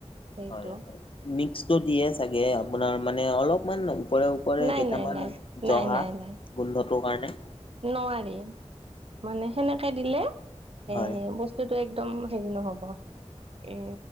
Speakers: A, on the right; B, on the left.
A: সেইটো
B: হয়, হয়, মিক্সটো দিয়ে চাগে, আপোনাৰ মানে অলপমান ওপৰে ওপৰে
A: নাই
B: কেইটামান
A: নাই নাই নাই
B: জহা
A: নাই নাই
B: গোন্ধটোৰ কাৰণে।
A: নোৱাৰি, মানে সেনেকে দিলে এ
B: হয়
A: বস্তু সেইটোতো একদম হেৰি নহ'ব। উ,